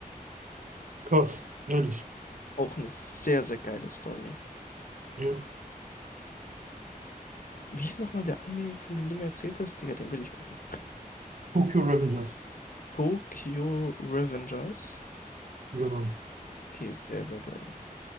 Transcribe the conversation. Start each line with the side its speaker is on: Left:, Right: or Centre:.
Right: krass, ehrlich.
Left: Auch eine sehr, sehr geile Story.
Right: Ja,
Left: Wie hieß nochmal der Anime, von dem du mir erzählt hast? Digga, den will ich gucken.
Right: Tokyo Revengers,
Left: Tokyo Revengers.
Right: genau.
Left: Okay, sehr, sehr geil.